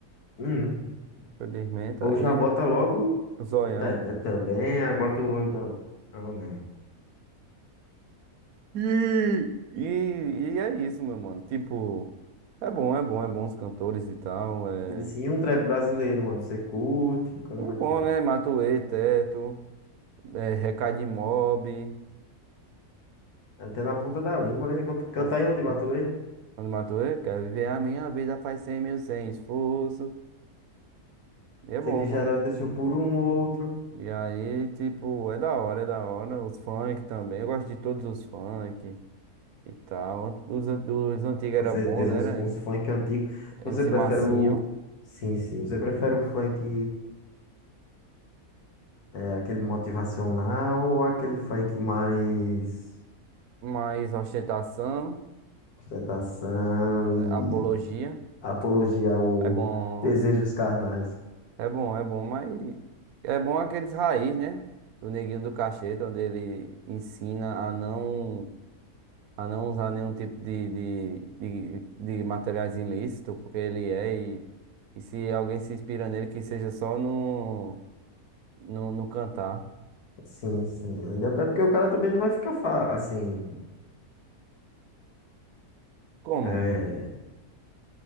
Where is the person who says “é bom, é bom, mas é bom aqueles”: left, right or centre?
Right